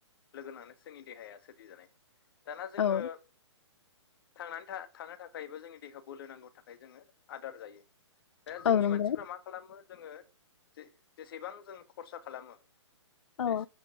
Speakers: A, on the left; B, on the left.
A: लोगोनांनानै जोंनि देहाया सोरदिजानाय दाना जोङो
B: औ
A: थांनानै था थानो थाखायबो जोंनि देहायाव बोलो नांगौ थाखाय जोङो आदार जायो दा जोंनि
B: औ नंगौ
A: मानसिफ्रा मा खालामो जोङो जे जेसेबां जों खरसा खालामो जेस
B: औ